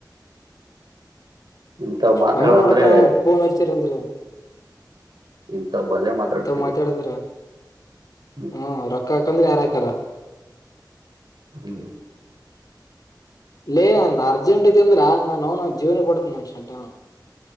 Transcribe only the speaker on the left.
ನಮ್ಮನ್ನೋಡಪ್ಪ ಪತ ಅಂದ
ಇಂತವ್ ಮಾತಾಡಂದ್ರ
ಹ್ಮ ರೊಕ್ಕ ಹಾಕಂದ್ರೆ ಯಾರ ಹಕಲ್ಲ
ಇೇ ನ ಅರ್ಜೆಂಟ್ ಐತಿ ಅಂದ್ರೆ ಆ ನಾನನ್ ಜೀವನ ಕೊಡತ ನನ್ ಶಂಟ